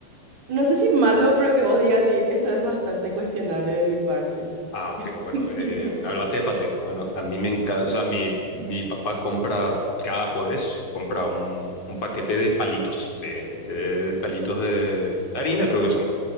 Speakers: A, on the right; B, on the left.
A: No sé si malo,
B: O sea,
A: pero que vos digas, sí, esto es bastante cuestionable de mi parte.
B: Ah, ok,
A: <laughs>
B: bueno, eh,
A: Tipo,
B: hablaste de paté. Bueno, a mí me encanta, o sea, mi, mi papá compra cada jueves, compra un, un paquete de palitos, de, de palitos de harina, creo que son,